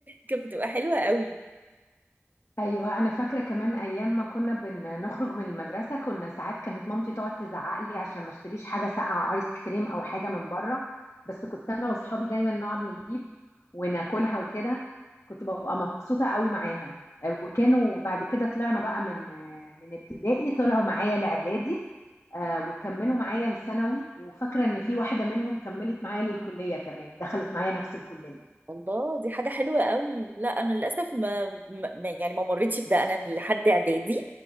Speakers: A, on the right (about 40°); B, on the left (about 70°).
A: كانت بتبقى حلوة قوي
B: ايوه انا فاكره كمان ايام ما كنا بنخرج من المدرسه كنا ساعات كانت مامتي تقعد تزعق لي عشان ما اشتريش حاجه ساقعه ايس كريم او حاجه من بره بس كنت انا واصحابي دايما نقعد نجيب وناكلها وكده كنت ببقى مبسوطه قوي معاهم آه، وكانوا بعد كده طلعنا بقى من آه، من ابتدائي طلعوا معايا لاعدادي آه، وكملوا معايا لثانوي وفاكره ان في واحده منهم كملت معايا للكليه كمان دخلت معايا نفس الكليه
A: الله دي حاجة حلوة قوي لا أنا للأسف ما, ما ما- يعني ما مريتش بده أنا لحد إعدادي